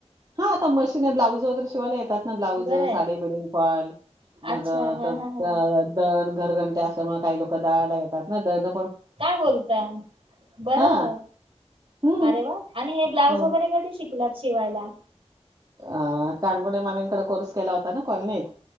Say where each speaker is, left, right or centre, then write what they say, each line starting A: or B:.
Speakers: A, on the right; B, on the right.
A: हा आता मशीन ब्लाऊज तो तर शिवाला येतात. ब्लाऊज
B: बरं आहे
A: साडी बिल्डिंग फॅल मग
B: अच्छा हा
A: तर
B: हा हा
A: दळन घरगंटी असल्यामुळे काही लोकं दळायला येतात ना दळन
B: काय बोलता बर
A: हा
B: आहे
A: हम्म
B: अरे वा आणि हे ब्लाऊज
A: अ,
B: वगैरे कधी शिकलात शिवायला.
A: अ काणगुणे मामींकडे कोर्स केला होता ना कॉलनीत